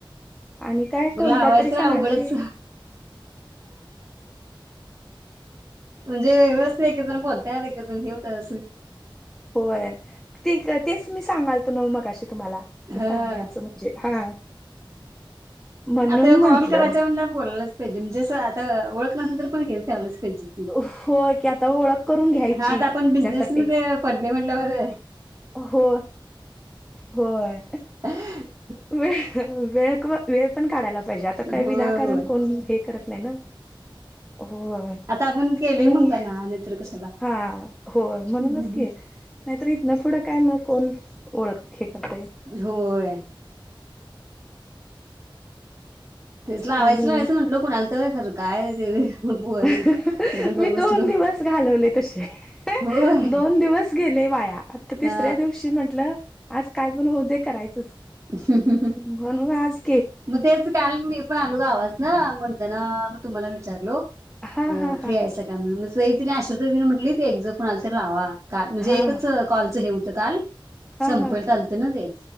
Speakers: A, in the centre; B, on the right.
A: आणि काय
B: लावायचं
A: कोणत्या तरी सणाची
B: र अघडच म्हणजे व्यवस्थित एक जण बोलतय एक जण हे होतात
A: होय ते तेच मी सांगाल त न मगाशी तुम्हाला आता
B: हा
A: सांगायचं म्हणजे हा म्हणून
B: आता
A: म्हंटलं
B: कॉल करायचा म्हटल्यावर बोलायलाच पाहिजे म्हणजे असं आता ओळख नसल तर पण हेच ख्यावलंच पाहिजे की.
A: होय की आता ओळख करून घ्यायची
B: हा आता आपण बिझनेसमध्ये
A: त्यासाठी
B: पडले म्हटल्यावरर
A: हो होय
B: अ
A: व वेळ वेळ पण काढायला पाहिजे आता
B: होय
A: काही विनाकारण
B: होय.
A: कोण करत नाही ना होय
B: आता आपण केलंय
A: मी
B: म्हणताना नाहीतर कशाला.
A: हा होय म्हणूनच
B: नाही.
A: की नाहीतर इथ ना पुोढं काय मग कोण ओळख खेकत
B: होय तेच लावायचंयचं
A: आणि
B: म्हटलं कोणाल तर खरं काय ते बोल
A: मी
B: जरा गप्प बसलो.
A: दोन दिवस घालवले तसे
B: होय.
A: दोन दिवस गेले वाया आता तिसऱ्या
B: हा
A: दिवशी म्हंटलं आज काय पण होऊ दे करायचंच
B: अ ह
A: म्हनुज
B: मग तेच काल म्ह ण अलो आवाज ना म्हणताना मग तुम्हाला विचारलो
A: हा हा
B: फ्री
A: हा
B: आहे मग स तिने आश्र तिने म्हटली त ते एक्झ कोणाला त तर लावा का म्हणजे
A: हा
B: एकच कॉलचं हे होतं काल
A: हा
B: संप
A: हा
B: चालत ना ते